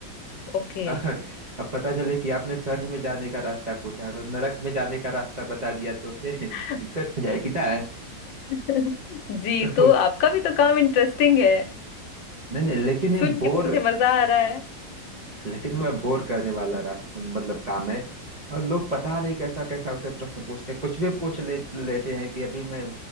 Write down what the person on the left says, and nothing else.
ओके
<laughs>
<laughs> जी
तो आपका भी तो काम इंटरेस्टिंग है
सुन के
तो मुझे मजा आ रहा है